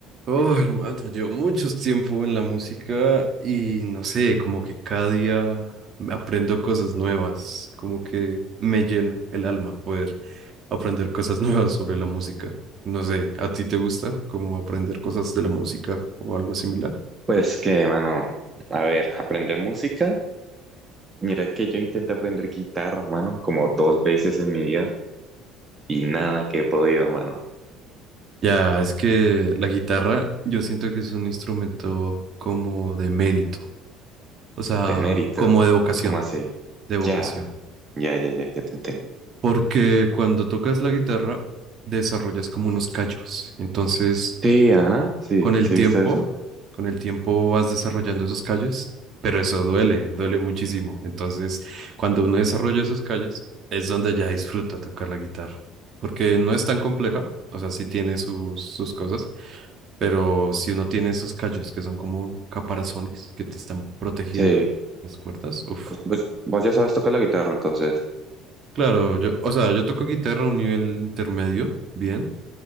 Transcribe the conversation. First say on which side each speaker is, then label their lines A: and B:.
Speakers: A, on the right; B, on the right.
A: Oh, hermano, llevo mucho tiempo en la música y no sé, como que cada día aprendo cosas nuevas, como que me llena el alma poder aprender cosas <laughs> nuevas sobre la música. No sé, ¿a ti te gusta como aprender cosas de la música o algo similar?
B: Pues que, mano, a ver, aprender música. Mira que yo intenté aprender guitarra, mano, como dos veces en mi vida y nada que he podido, mano.
A: Ya, es que la guitarra yo siento que es un instrumento como de mérito, o sea,
B: De mérito.
A: como de vocación,
B: ¿Cómo así?
A: de vocación.
B: Ya, ya, ya, ya, ya te entendí.
A: Porque cuando tocas la guitarra, desarrollas como unos callos. Entonces,
B: Sí, ajá, sí,
A: con el
B: sí,
A: tiempo,
B: viste eso.
A: con el tiempo vas desarrollando esos callos, pero eso duele, duele muchísimo. Entonces, cuando uno desarrolla esos callos, es donde ya disfruta tocar la guitarra. Porque no es tan compleja, o sea, sí tiene sus, sus cosas, pero si uno tiene esos callos que son como caparazones que te están protegiendo
B: Sí.
A: las cuerdas, uff.
B: Pues, pues, vos ya sabes tocar la guitarra, entonces.
A: Claro, yo, o sea, yo toco guitarra a un nivel intermedio, bien